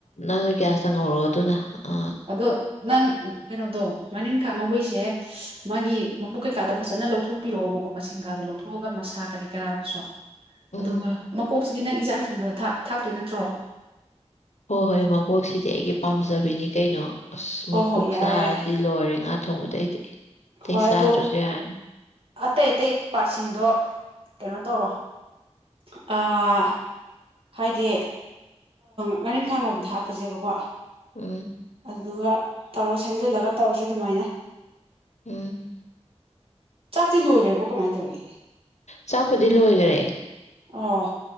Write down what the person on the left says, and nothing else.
ꯅꯪꯅ ꯒꯌꯥꯁꯇ ꯉꯧꯔꯀꯣ ꯑꯗꯨꯅ ꯑ
ꯎꯝ
ꯍꯣꯏ ꯍꯣꯏ ꯃꯀꯣꯛꯁꯤꯗꯤ ꯑꯩꯒꯤ ꯄꯥꯝꯖꯕꯤꯅꯤ ꯀꯩꯅꯣ ꯑꯁ
ꯃꯀꯣꯛ
ꯆꯥꯔꯗꯤ
ꯂꯣꯏꯔꯦ ꯉꯥꯛ ꯊꯣꯡꯕꯗꯩꯗꯤ ꯑꯇꯩ
ꯆꯥꯗ꯭ꯔꯁꯨ
ꯌꯥꯔꯅꯤ
ꯎꯝ
ꯎꯝ
ꯆꯥꯛꯄꯨꯗꯤ ꯂꯣꯏꯔꯦ